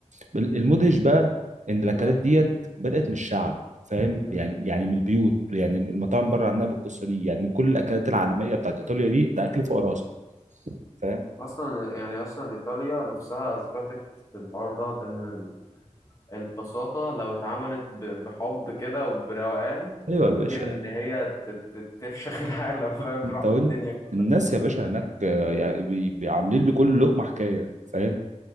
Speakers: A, on the right; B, on the left.
A: بل- المدهش بقى ان الاكلات
B: مم.
A: ديت بدات من الشعب فاهم
B: مم.
A: يعني يعني من البيوت يعني المطاعم بره عنها بالقصه دي يعني كل الاكلات العالميه بتاعت ايطاليا دي ده اكل فقراء اصلا فاهم
B: أصلا يعني أصلا إيطاليا نفسها أثبتت بالحوار دوت إن ال- البساطة لو اتعملت ب- بحب كده وبروقان
A: ايوه
B: ممكن
A: يا باشا
B: إن هي ت- ت- تفشخ <laughs> العالم فاهم تروح
A: انت
B: بالدنيا
A: وانت
B: كلها
A: الناس يا باشا هناك آه، يعني بي- بي- عاملين لكل لقمه حكايه فاهم